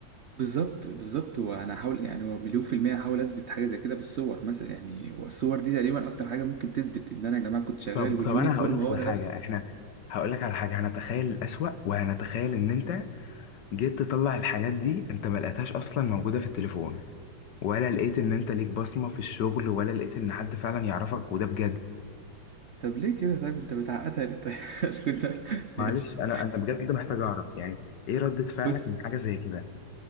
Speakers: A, on the right (about 80°); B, on the left (about 65°).
A: بالظبط بالظبط وانا هحاول يعني هو مليون في المية هحاول اثبت حاجة زي كده بالصور مثلا يعني والصور دي تقريبا اكتر حاجة ممكن تثبت ان انا يا جماعة كنت شغال
B: طب
A: واليونيفورم
B: طب انا هقول لك
A: هو
B: على
A: انا
B: حاجه
A: لابسه
B: احنا هقول لك على حاجه هنتخيل الاسوأ وهنتخيل ان انت جيت تطلع الحاجات دي انت ما لقيتهاش اصلا موجوده في التليفون ولا لقيت ان انت ليك بصمه في الشغل ولا لقيت ان حد فعلا يعرفك وده بجد
A: طب ليه كده طيب انت بتعقدها ليه طيب <laughs> كنت-
B: معلش
A: ماشي
B: انا انا بجد محتاج اعرف يعني ايه ردة فعلك
A: بص
B: من حاجه زي كده